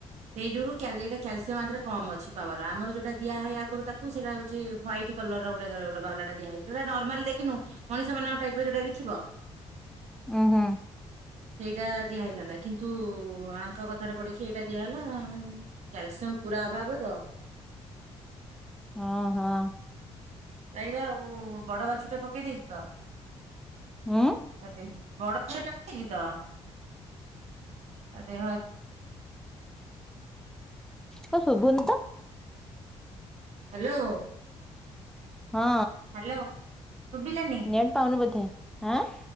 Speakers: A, on the right (about 70°); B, in the centre.
A: ସେଇଯୁଗରୁ କ୍ୟାଲେରି କ୍ୟାଲସିୟମ ଆ ଦେହ ରେ କମ୍ ଅଛି। ପାୱାର ଆମର ଯଉଟା ଦିଆହୁଏ ଆଗରୁ ତାକୁ ସେଇଟା ହଉଛି ହ୍ୱାଇଟ କଲର ଗୋଟେ ଗୋ ବାଉଲା ଦିଆହେଇଛି ଯୋଉଟା ନର୍ମାଲି ଦେଖିନୁ ମଣିଷ ମାନଙ୍କ ଟାଇପ୍ ଟା ବି ଥିବ <unintelligible>
B: ଉହୁଁ।
A: ସେଇଟା ଦିଆ ହେଇଥାନ୍ତା କିନ୍ତୁ ଆଙ୍କ କଥାରେ ପଢିକି ଏଇଟା ଦିଆହଲା କ୍ୟାଲସିୟମ ପୁରା ଅଭାବ ତ
B: ହଁ ହଁ।
A: ଏାଇରା ଆଉ ବଡ ମାଛ ଟା ପକେଇ ଦେଇଛୁ ତ।
B: ଉଁ
A: କତିେ <inaudible> ବଡ ଛଟାଛି ତ ଆ ତାଦେହା <inaudible>
B: କ ଶୁଭୁନ ତ।
A: ହ୍ୟାଲୋ।
B: <inaudible> ହଁ।
A: ହ୍ୟାଲୋ ଶୁଭିଲାନି
B: ନେଟ ପାଉନ ବଧେ ଆଁ